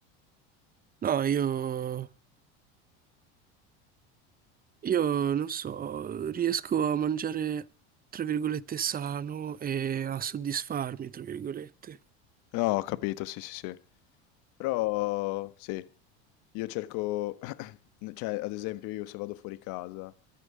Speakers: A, on the right; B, on the left.
A: No, io Io non so, riesco a mangiare, tra virgolette, sano e a soddisfarmi, tra virgolette.
B: No, ho capito, sì, sì, sì. Però, sì, io cerco, <clears throat> cioè, ad esempio, io se vado fuori casa